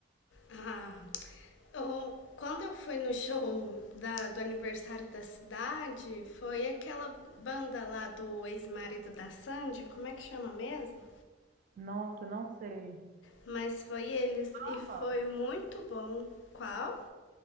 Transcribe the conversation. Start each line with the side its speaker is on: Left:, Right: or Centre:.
Left: ah, eu- quando eu fui no show da- do aniversário da cidade, foi aquela banda lá do ex-marido da Sandy, como é que chama mesmo?
Right: Nossa, não sei.
Left: Mas foi eles e
Right: Ama?
Left: foi muito bom. Qual?